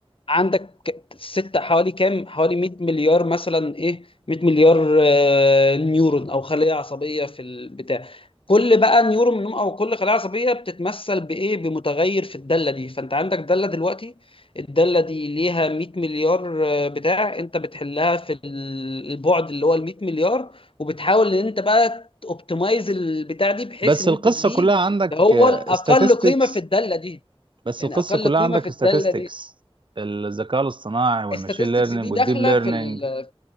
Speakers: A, on the left; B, on the right.
A: عندك ك- ست حوالي كام حوالي 100 مليار مثلا ايه 100 مليار آه، نيورون او خلية عصبية في البتاع كل بقى نيورون منهم او كل خلية عصبية بتتمثل بايه بمتغير في الدالة دي فانت عندك دالة دلوقتي الدالة دي ليها 100 مليار آه، بتاع انت بتحلها في ال- البعد اللي هو ال 100 مليار وبتحاول ان انت بقى اوبتمايز البتاع دي بحيث
B: بس
A: ان
B: القصة
A: انت تجيب
B: كلها عندك
A: اللي هو الاقل
B: statistics
A: قيمة في الدالة دي
B: بس
A: يعني
B: القصة
A: اقل
B: كلها
A: قيمة
B: عندك
A: في الدالة
B: statistics
A: دي
B: الذكاء الاصطناعي والماشين
A: statistics
B: ليرنينج
A: دي داخله
B: والديب ليرنينج
A: في ال...